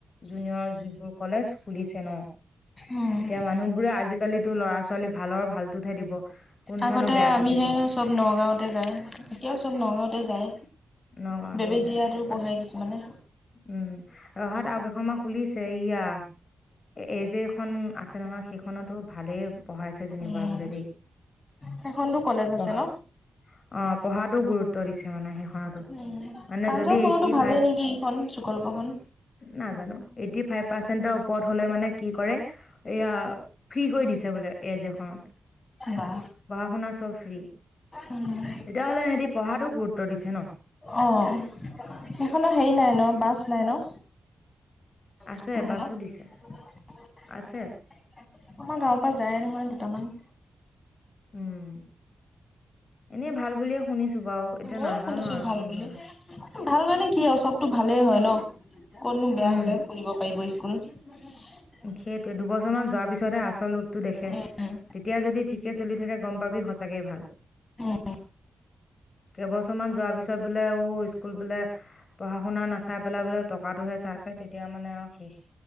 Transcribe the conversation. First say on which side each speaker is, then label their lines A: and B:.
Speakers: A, on the left; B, on the left.
A: জুনিয়ৰ যিবোৰ কলেজ খুলিছে ন
B: উম
A: এতিয়া মানুহ বোৰে আজিকালিতো ল'ৰা ছোৱালী ভালৰ ভালতোহে দিব কোন
B: আগতে
A: চানো বেয়াটোত
B: আমিহে
A: দিব
B: চব নগাঁওঁতে যাই এতিয়াও চব নগাঁওঁতে যায়
A: নগাঁওতে
B: বেবেজীয়াতো
A: যাই তাত
B: পঢ়ে কিছুমানে
A: উম ৰহাত আৰু কেইখন মান খুলিছে ইয়া এই যেখন আছে নহয় সেইখনতো ভালেই পঢ়াইছে যেনিবা
B: উম
A: বোলে দেই
B: সেইখনতো কলেজ
A: পঢা
B: আছে ন
A: অ পঢ়াতটো গুৰুত্ব উতৰিছে মানে সেইখনতো
B: উম
A: মানে
B: প্ৰাঞ্জলখনতো
A: যদি এইটি
B: ভালেই
A: ফাইভ
B: নেকি এইখন চুকল্পখন
A: নাজানো এইটি ফাইভ পাৰ্চেন্টৰ ওপৰত হলে মানে কি কৰে এয়া ফ্ৰী কৰি দিছে বোলে এ জে খনত
B: বা
A: পঢ়া শুনা চব ফ্ৰী
B: উম
A: তেতিয়া হ'লে সেহতি পঢ়াতো গুৰুত্ব দিছে ন
B: অঁ সেইখনো হেৰি নাই ন বাছ নাই ন
A: আছে
B: স্কুলখনত
A: বাছো দিছে
B: <unintelligible>
A: আছে
B: আমাৰ গাঁওৰ পৰা যায়ে নহয় দুটামান
A: উম এনেই ভাল বুলিয়ে শুনিছো বাৰু এতিয়া
B: ময়ো
A: নাজানো
B: শুনিছো
A: আৰু
B: ভাল
A: কি
B: বুলি
A: হয়
B: ভাল মানে কি হয় চবতটো ভালেই হয় ন কনো বেয়া
A: উম
B: হলে খুলিব পাৰিব স্কুল হয় নে নহয়
A: সেইটোৱে দুবছৰ মান যোৱাৰ পিছতহে আচল ৰূপটো দেখে
B: উম
A: তেতিয়া যদি ঠিকে চলি থাকে গম পাবি সঁচাকে ভাল
B: উম
A: কেইবছৰমান যোৱাৰ পিছত বোলে ঔ স্কুল বোলে পঢ়া শুনা নাচাই পেলাই বোলে টকাটোহে চাই চাইচে তেতিয়া মানে আৰু শেষ